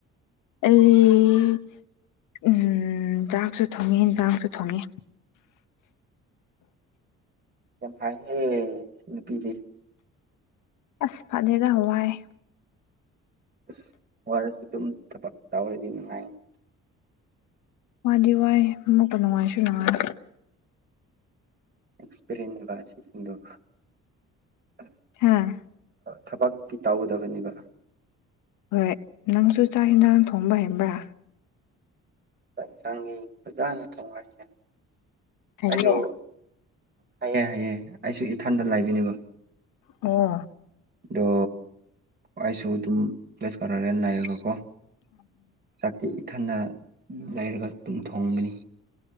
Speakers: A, on the left (about 85°); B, on the right (about 35°).
A: ꯑꯩ ꯎꯝ ꯆꯥꯛꯁꯨ ꯊꯣꯡꯉꯦ ꯌꯦꯟꯖꯥꯡꯁꯨ ꯊꯣꯡꯉꯦ
B: ꯌꯥꯝ ꯐꯥꯏꯍꯦ ꯅꯨꯄꯤꯁꯦ
A: ꯑꯁ ꯐꯗꯦꯗ ꯍꯋꯥꯦ
B: ꯑꯁ ꯑꯣꯏꯔꯁꯨ ꯑꯗꯨꯝ ꯊꯕꯛ ꯇꯧꯔꯗꯤ ꯅꯨꯡꯉꯥꯏꯅꯤ
A: ꯋꯥꯗꯤ ꯋꯥꯏ ꯃꯛꯇ ꯅꯨꯡꯉꯥꯏꯁꯨ ꯅꯨꯡꯉꯥꯏ
B: ꯑꯦꯟ
A: ꯍꯥꯥ
B: ꯊꯕꯛꯇꯤ ꯇꯧꯒꯗꯕꯅꯦꯕ
A: ꯍꯣꯏ ꯅꯪꯁꯨ ꯆꯥꯛ ꯌꯦꯟꯁꯥꯡ ꯊꯣꯡꯕ ꯍꯕ꯭ꯔꯥ
B: ꯆꯥꯛ ꯌꯦꯟꯁꯥꯡꯒꯤ ꯐꯖꯅ ꯊꯣꯡꯉꯥꯏ ꯍꯥꯏ
A: ꯍꯩꯌꯦ
B: ꯑꯩꯁꯨ ꯎ ꯍꯥꯏꯑꯦ ꯍꯥꯏꯑꯦ ꯑꯩꯁꯨ ꯏꯊꯥꯟꯗ ꯂꯥꯏꯕꯤꯅꯦꯕ
A: ꯑꯣ
B: ꯑꯗꯣ ꯑꯩꯁꯨ ꯑꯗꯨꯝ ꯄ꯭ꯂꯦꯁ ꯀꯧꯔꯒꯦꯅ ꯅꯥꯏꯌꯦꯒꯀꯣ ꯆꯥꯛꯇꯤ ꯏꯊꯅ ꯂꯩꯔꯒ ꯑꯗꯨꯝ ꯊꯣꯡꯕꯅꯤ